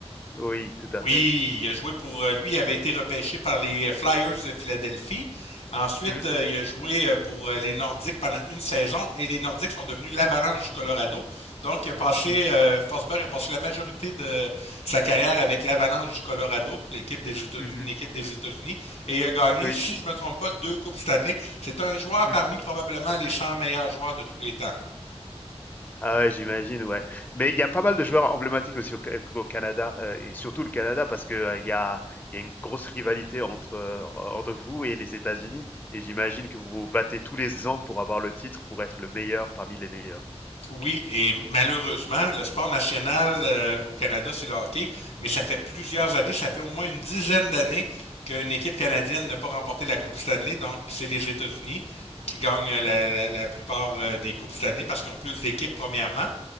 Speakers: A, on the left; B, on the left.
A: Oui, tout
B: Oui,
A: à fait.
B: il a joué pour euh, lui, il avait été repêché par les Flyers de Philadelphie. Ensuite,
A: Mmh.
B: euh, il a joué euh, pour euh, les Nordiques pendant une saison et les Nordiques sont devenus l'Avalanche du Colorado. Donc, il a passé,
A: Mmh.
B: euh, Forsberg a passé la majorité de sa carrière avec l'Avalanche du Colorado, l'équipe des États- une
A: Mmh mmh.
B: équipe des États-Unis, et il a gagné,
A: Oui.
B: si je me trompe pas, deux coupes cette année. C'est un joueur
A: Mmh.
B: parmi probablement les 100 meilleurs joueurs de tous les temps.
A: Ah ouais, j'imagine, ouais. Mais il y a pas mal de joueurs emblématiques aussi au, Ca- au Canada, euh, et surtout le Canada, parce que euh, il y a, il y a une grosse rivalité entre, euh, entre vous et les États-Unis. Et j'imagine que vous vous battez tous les ans pour avoir le titre, pour être le meilleur parmi les meilleurs.
B: Oui, et malheureusement, le sport national euh, au Canada, c'est le hockey, mais ça fait plusieurs années, ça fait au moins une dizaine d'années qu'une équipe canadienne n'a pas remporté la Coupe Stanley, donc c'est les États-Unis qui gagnent la, la, la plupart euh, des Coupes Stanley parce qu'ils ont plus d'équipes premièrement,